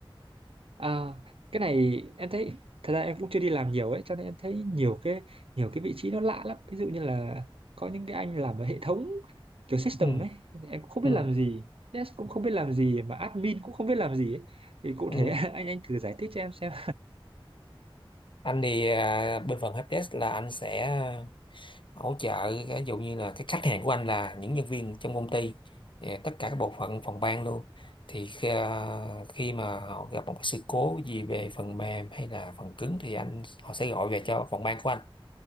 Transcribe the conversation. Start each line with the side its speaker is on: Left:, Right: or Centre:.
Right: À, cái này em thấy thật ra em cũng chưa đi làm nhiều ấy cho nên em thấy nhiều cái nhiều cái vị trí nó lạ lắm ví dụ như là có những cái anh làm ở hệ thống kiểu system
Left: Ừ,
Right: ấy em cũng không
Left: ừ,
Right: biết làm gì dev cũng không biết làm gì mà admin cũng không biết làm gì ấy. thì cụ
Left: ừ.
Right: thể <laughs> anh anh thử giải thích cho em xem
Left: Anh thì ờ, bên phần helpdesk là anh sẽ hỗ trợ ví dụ như là cái khách hàng của anh là những nhân viên trong công ty eh, tất cả các bộ phận phòng ban luôn thì khi, à, khi mà họ gặp một cái sự cố gì về phần mềm hay là phần cứng thì anh họ sẽ gọi về cho phòng ban của anh